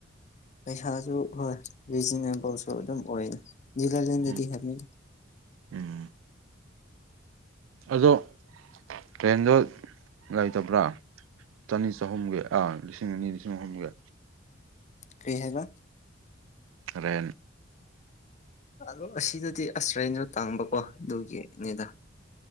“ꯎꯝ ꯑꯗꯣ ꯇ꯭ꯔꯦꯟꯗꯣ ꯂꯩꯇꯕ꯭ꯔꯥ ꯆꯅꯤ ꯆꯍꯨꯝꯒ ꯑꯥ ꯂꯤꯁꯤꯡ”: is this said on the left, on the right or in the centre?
Right